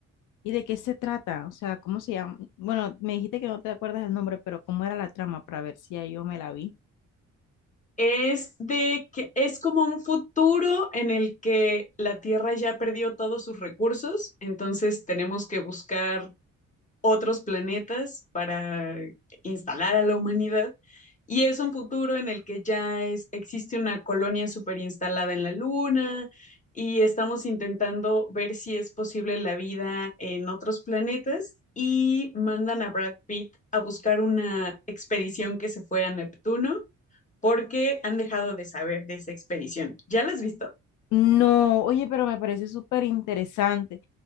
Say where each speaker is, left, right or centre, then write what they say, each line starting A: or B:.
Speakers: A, on the left (about 85°); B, on the left (about 25°).
A: ¿Y de qué se trata? O sea, ¿cómo se llama? Bueno, me dijiste que no te acuerdas el nombre, pero ¿cómo era la trama para ver si ya yo me la vi?
B: es de que es como un futuro en el que la Tierra ya perdió todos sus recursos, entonces tenemos que buscar otros planetas para instalar a la humanidad. Y es un futuro en el que ya es, existe una colonia super instalada en la Luna y estamos intentando ver si es posible la vida en otros planetas y mandan a Brad Pitt a buscar una expedición que se fue a Neptuno porque han dejado de saber de esa expedición. ¿Ya las has visto?
A: No, oye, pero me parece súper interesante.